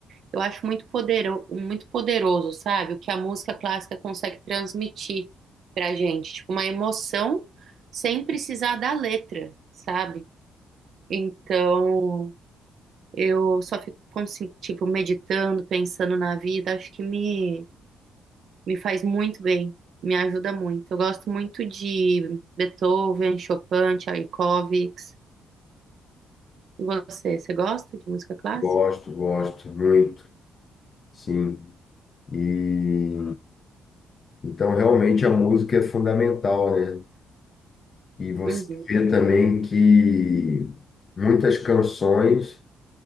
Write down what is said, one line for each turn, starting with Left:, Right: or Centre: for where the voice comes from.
Right: Eu acho muito podero, muito poderoso, sabe? O que a música clássica consegue transmitir pra gente, tipo uma emoção sem precisar da letra, sabe? Então, eu só fico, consi- tipo, meditando, pensando na vida, acho que me me faz muito bem, me ajuda muito. Eu gosto muito de Beethoven, Chopin, Tchaikovsky. E você, você gosta de música clássica?
Left: Gosto, gosto muito, sim. E então realmente a música é fundamental, né? E você
Right: Uhum.
Left: vê também que muitas canções